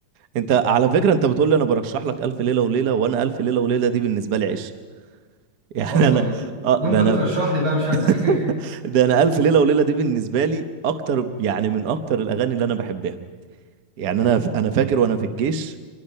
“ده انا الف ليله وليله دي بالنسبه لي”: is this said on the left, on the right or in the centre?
Right